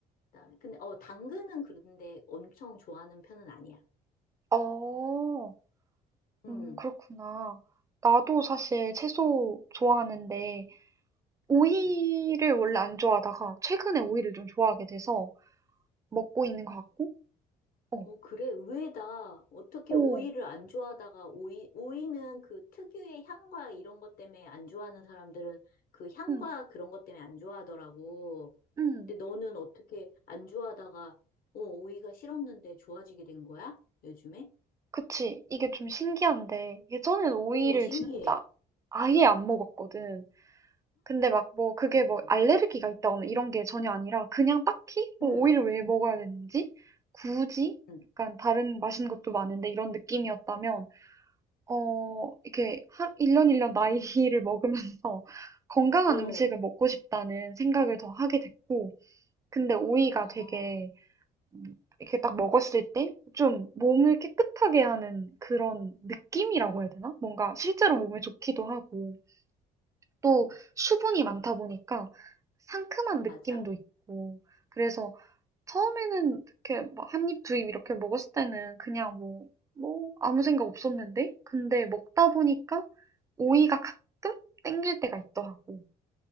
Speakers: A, on the left (about 55°); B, on the right (about 20°).
A: 그다음에 근데 어 당근은 그런데 엄청 좋아하는 편은 아니야.
B: 어,
A: 음,
B: 음, 그렇구나. 나도 사실 채소 좋아하는데 오이를
A: 음.
B: 원래 안 좋아하다가 최근에 오이를 좀 좋아하게 돼서 먹고 있는 것 같고, 어,
A: 어, 그래, 의외다. 어떻게
B: 오,
A: 오이를 안 좋아하다가 오이, 오이는 그 특유의 향과 이런 것 때문에 안 좋아하는 사람들은 그 향과
B: 음,
A: 그런 것 때문에 안 좋아하더라고.
B: 음.
A: 근데 너는 어떻게 안 좋아하다가, 어, 오이가 싫었는데 좋아지게 된 거야? 요즘에?
B: 그치. 이게 좀 신기한데, 예전엔 오이를
A: 오, 신기해.
B: 진짜 아예 안 먹었거든. 근데 막 뭐, 그게 뭐
A: 응,
B: 알레르기가 있다거나 이런 게 전혀 아니라, 그냥 딱히 뭐
A: 응,
B: 오이를 왜 먹어야 되는지, 굳이
A: 응.
B: 약간 다른 맛있는 것도 많은데 이런 느낌이었다면, 어, 이렇게 하, 1년 1년 나이를 <laughs> 먹으면서 건강한
A: 어,
B: 음식을 먹고 싶다는 생각을 더 하게 됐고, 근데 오이가
A: 어,
B: 되게 음, 이렇게 딱 먹었을 때 좀 몸을 깨끗하게 하는 그런 느낌이라고 해야 되나? 뭔가 실제로 몸에 좋기도 하고 또
A: 응,
B: 수분이 많다 보니까 상큼한 느낌도
A: 맞아.
B: 있고 그래서 처음에는 이렇게 막 한 입, 두입 이렇게 먹었을 때는 그냥 뭐, 뭐 아무 생각 없었는데 근데 먹다 보니까 오이가 가끔 땡길 때가 있더라고.